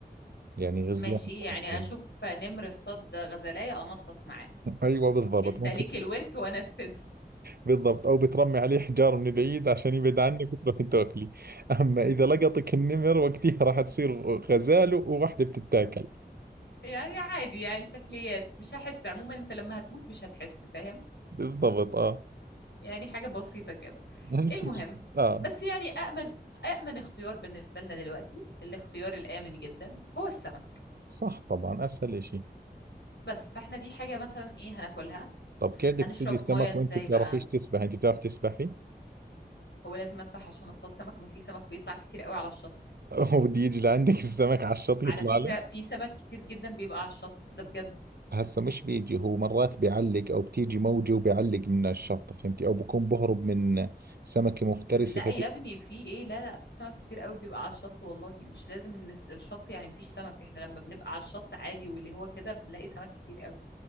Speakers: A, on the right; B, on the left.
A: يعني غزلان
B: ماشي
A: <laughs>
B: يعني
A: ممكن.
B: اشوف نمر اصطاد غزلاية انصص معاه
A: ايوه بالضبط
B: انت
A: ممكن
B: ليك
A: <laughs>
B: الورك وانا الصدر
A: بالضبط أو بترمي عليه حجار من بعيد عشان يبعد عنك وتروحي تاكلي أما إذا لقطك النمر وقتها راح تصير غزالة وواحدة بتتاكل
B: يعني عادي يعني شكليات مش هحس عموما انت لما هتموت مش هتحس فاهم
A: بالضبط آه
B: يعني حاجة بسيطة كده
A: مش
B: المهم
A: مش آه
B: بس يعني أأمن أأمن اختيار بالنسبة لنا دلوقتي الاختيار الآمن جدا هو السمك
A: صح طبعا أسهل إشي
B: بس فاحنا دي حاجة مثلا ايه هناكلها
A: طب كيف بدك
B: هنشرب
A: تصيدي سمك
B: مية ازاي
A: وأنت بتعرفيش
B: بقى
A: تسبحي أنت بتعرف تسبحي
B: هو لازم اسبح عشان اصطاد سمك ما في سمك بيطلع كتير قوي على الشط
A: <laughs> وبده يجي لعندك السمك على الشط يطلع
B: على فكرة
A: لك
B: في سمك كتير جدا بيبقى على الشط ده بجد
A: هسا مش بيجي هو مرات بيعلق أو بتيجي موجة وبيعلق من الشط فهمتي أو بكون بهرب من سمكة مفترسة
B: لا يا ابني في ايه لا لا في سمك كتير قوي بيبقى على الشط والله مش لازم ان الس- الشط يعني مفيش سمك احنا لما بنبقى على الشط عادي واللي هو كده بنلاقي سمك كتير قوي